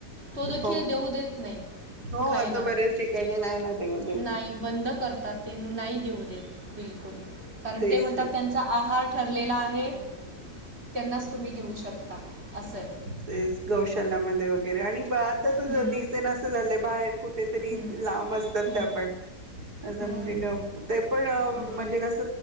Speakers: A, on the right; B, on the right.
A: तो देखिल
B: हो
A: देऊ
B: हो
A: देत नाही
B: हो
A: खायला
B: आता बऱ्याच ठिकाणी नाही ना देऊ देऊ
A: नाही. बंद करतात ते नाही देऊ देत बिलकुल कारण
B: तेच
A: ते म्हणतात त्यांचा आहार ठरलेला आहे त्यांनाच तुम्ही देऊ शकता असं आहे.
B: ते गौशालामध्ये वगैरे आणि आता तर
A: हं,
B: दिसे नासं झालंय बाहेर कुठ कुठेतरी
A: हं,
B: लांब असतात
A: हं,
B: त्या आपण. असं
A: हं,
B: म्हणजे का ते पण
A: हं,
B: म्हणजे कस